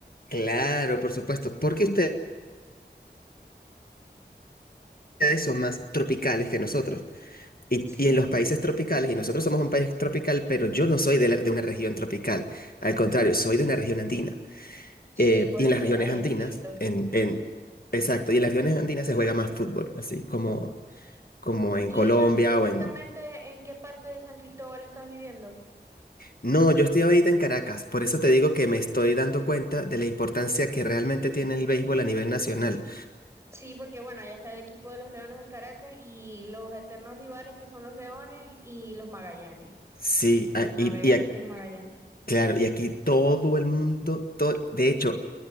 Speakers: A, on the left (about 55°); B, on the right (about 15°).
A: Claro, por supuesto, porque ustedes son más tropicales que nosotros. Y,
B: Sí,
A: y en los países tropicales, y nosotros somos un país tropical, pero yo no soy de, la- de una región tropical. Al contrario, soy de una región andina.
B: sí,
A: Eh,
B: por
A: y
B: eso
A: en las regiones
B: allá, allá
A: andinas,
B: hay frito.
A: en, en, exacto, y en las regiones andinas se juega más fútbol, así como, como en
B: ¿Y
A: Colombia
B: esa, exactamente
A: o en...
B: en qué parte de San Cristóbal estás viviendo?
A: No, yo estoy ahorita en Caracas, por eso te digo que me estoy dando cuenta de la importancia que realmente tiene el béisbol a nivel nacional.
B: Sí, porque bueno, allá está el equipo de los Leones del Caracas y los eternos rivales que son los Leones y los Magallanes,
A: Sí,
B: los
A: a-
B: navegantes
A: y, y a-
B: del Magallanes,
A: claro, y aquí todo el mundo, todo, de hecho,